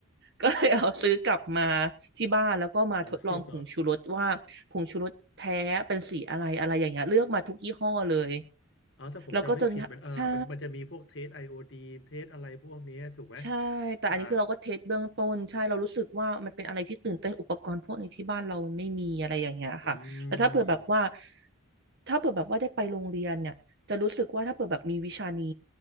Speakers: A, on the right; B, on the left.
A: ก็ <laughs> เลยเอาซื้อกลับมาที่บ้านแล้วก็มาทดลองผงชูรสว่าผงชูรสแท้เป็นสีอะไรอะไรอย่างเงี้ยเลือกมาทุกยี่ห้อเลย
B: เออ <laughs> อ๋อถ้าผมจำไม่ผิดมันอ่ามันมันจะมีพวกเทสไอโอดีนเทสอะไรพวกเนี้ยถูกไหม
A: แล้วก็จนใช่ ใช่แต่อันนี้คือเราก็เทสเบื้องต้นใช่เรารู้สึกว่ามันเป็นอะไรที่ตื่นเต้นอุปกรณ์พวกนี้ที่บ้านเราไม่มีอะไรอย่างเงี้ยค่ะแล้วถ้าเผื่อแบบว่า
B: อ่าอืม
A: ถ้าเผื่อแบบว่าได้ไปโรงเรียนเนี่ยจะรู้สึกว่าถ้าเผื่อแบบมีวิชานี้